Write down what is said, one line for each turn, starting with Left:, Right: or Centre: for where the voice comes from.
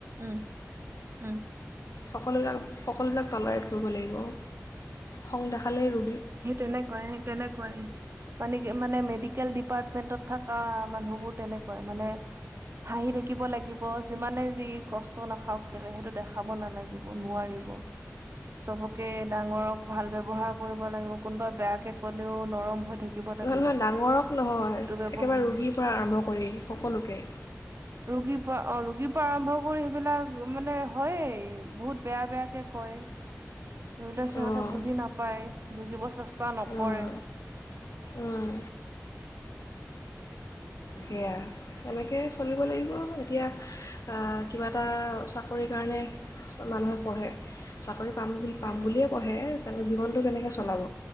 Right: উম উম!
Left: সকলোবিলাক সকলোবিলাক টলাৰেট কৰিব লাগিব খহং দেখালেই ৰু
Right: সেই তেনেকুৱাই সেই তেনেকুৱাই মানে কি মানে ম ডিকেল ডিপাৰ্টমেণ্টত থকা মানুহবোৰ তেনেকুৱাই। মানে হাঁহি থাকিব লাগিব, যিমানে যি কষ্ট নাখাওক কেলে সেইটো দেখাব নালাগিব। নোৱাৰিব। সবকে ডাঙৰক ভাল ব্যৱহাৰ কৰিব লিব কোনোবা বেয়াকে ক'লেও নৰম হৈ থাকিব লাগিব
Left: হয় ডাঙৰক নহয়
Right: এইটো ব্যৱহাৰ
Left: একেবাৰে ৰোগীৰ পৰা আৰম্ভ কৰি সকলোকে,
Right: ৰোগীৰ পৰা অ ৰোগীৰ পৰা আৰম্ভ কৰি সেইবিলাক মানে হয়েই বহুত বেয়া বেয়াকে কয় ধৰি লওক সিহঁতে
Left: অঁ
Right: বুজি নাপায় বুজিব চেষ্টা নকৰে।
Left: অঁ অঁ
Right: উম
Left: সেয়া এনেকে চলিব লাগিব এতিয়া আ কিবা এটা চাকৰিৰ কাৰণে মানুহে পঢ়ে চাকৰি পাম বুলি পাম
Right: উম
Left: বুলিয়ে পঢ়ে তেনে জীৱন, টো কেনেকে চলাব,
Right: উম